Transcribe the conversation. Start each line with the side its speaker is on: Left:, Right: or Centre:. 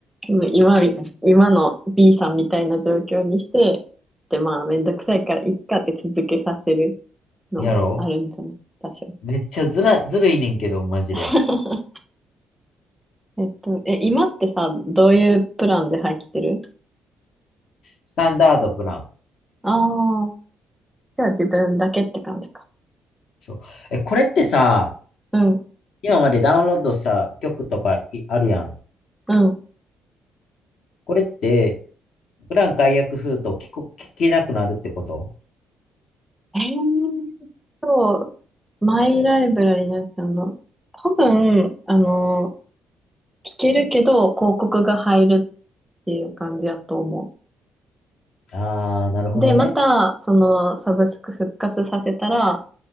Centre: うん今み、今の B さんみたいな状況にして、で、まあ、めんどくさいから、いっかって続けさせるのもあるんじゃない多少。
Left: やろめっちゃずら、ずるいねんけど、マジで。
Centre: <laughs> えっと、え、今ってさ、どういうプランで入ってる
Left: スタンダードプラン。
Centre: ああー、じゃあ自分だけって感じか。
Left: そう。え、これってさ、
Centre: うん、
Left: 今までダウンロードした曲とかいあるやん。
Centre: うん。
Left: これって、プラン解約すると聞こ、聞けなくなるってこと
Centre: えーと、マイライブラリのやつあの、多分、あの、聞けるけど、広告が入るっていう感じやと思
Left: あー、なるほどね。
Centre: う。で、また、その、サブスク復活させたら、